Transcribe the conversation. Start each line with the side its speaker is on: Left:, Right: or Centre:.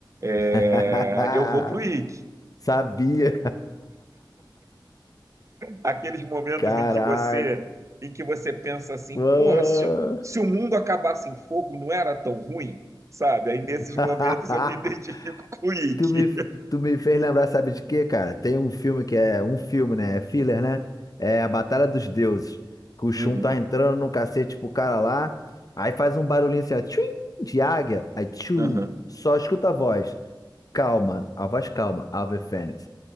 Left: <laughs>
Right: é, eu vou pro Ike.
Left: Sabia.
Right: Aqueles momentos
Left: Caraca.
Right: em que você em que você pensa assim,
Left: Mano.
Right: porra, se, se o mundo acabasse em fogo, não era tão ruim, sabe? Aí nesses
Left: <laughs>
Right: momentos eu me <laughs> identifico com o Ike.
Left: Tu me, tu me fez lembrar, sabe de quê, cara? Tem um filme que é um filme, né? É filler, né? É a Batalha dos Deuses. Que o Shun
Right: Uhum,
Left: tá entrando no cacete pro cara lá. Aí faz um barulhinho assim, ó, tchum, de águia. Aí tchum,
Right: uhum,
Left: só escuta a voz. Calma, a voz calma, Ave Fênix.